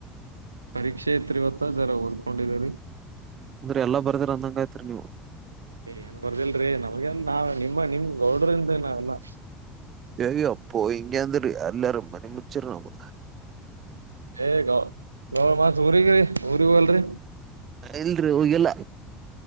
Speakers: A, on the right (about 80°); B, on the right (about 40°).
A: ಪರೀಕ್ಷೆ ತ್ರಿ ಇವತ್ತ ಜರ ಓದ್ಕೊಂಡಿದರಿ
B: ಅಂದ್ರೆ ಎಲ್ಲಾ ಬರ್ದ್ರ ಅಂದಂಗ ಆಯತ್ರಿ ನೀವು
A: ಏ ಏನ್ ಬರ್ದಿಲ್ರೀ ನಮ್ಗೆ ನಾವ್ ನಿಮ್ಮ ನಿಮ್ ಗೌಡ್ರಿಂದ ನಾವೆಲ್ಲ
B: ಅಯ್ಯೋ ಅಪ್ಪ ಇಂಂಗಾಂತರಿ ಎಲ್ಲರು ಮಣಿಮಚ್ಚಿರರಣಾಮ
A: ಹೇಗ ಗ ಮತ್ ಊರಿಗರಿ ಊರಿಗಲ್ರರಿ
B: ಇನ್ ಹಗೆಲ್ಲ